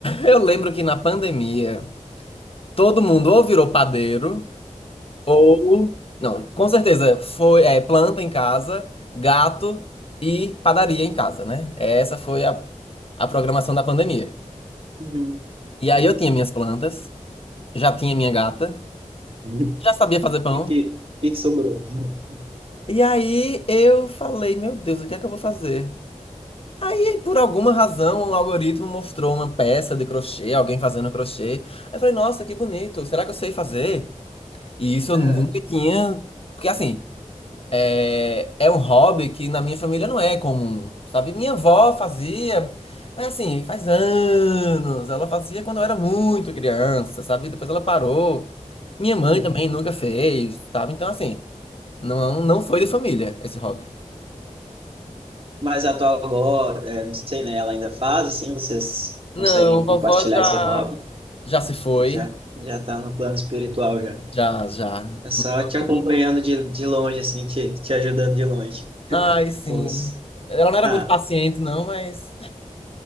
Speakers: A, on the left (about 45°); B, on the right (about 45°).
A: eu lembro que na pandemia todo mundo ou virou padeiro. Ou, não, com certeza, foi, é, planta em casa, gato e padaria em casa, né? Essa foi a, a programação da pandemia.
B: Uhum.
A: E aí eu tinha minhas plantas, já tinha minha gata,
B: Uhum.
A: já sabia fazer pão.
B: E que, e que sobrou? <laughs>
A: E aí eu falei, meu Deus, o que é que eu vou fazer? Aí, por alguma razão, o algoritmo mostrou uma peça de crochê, alguém fazendo crochê. Aí eu falei, nossa, que bonito, será que eu sei fazer? E isso eu
B: Aham.
A: nunca tinha. Porque assim. É, é um hobby que na minha família não é comum, sabe? Minha avó fazia, mas assim, faz anos. Ela fazia quando eu era muito criança, sabe? Depois ela parou. Minha mãe
B: Uhum.
A: também nunca fez, sabe? Então, assim, não, não foi de família esse hobby.
B: Mas a tua avó, é, não sei, né? Ela ainda faz assim, vocês
A: Não,
B: conseguem
A: vovó
B: compartilhar
A: já,
B: esse hobby?
A: já se foi.
B: Já já tá no plano espiritual já.
A: Já, já.
B: É só te acompanhando
A: Também.
B: de, de longe assim, te, te ajudando de longe.
A: Ai, sim.
B: Os...
A: Ela não era
B: Ah,
A: muito paciente, não, mas.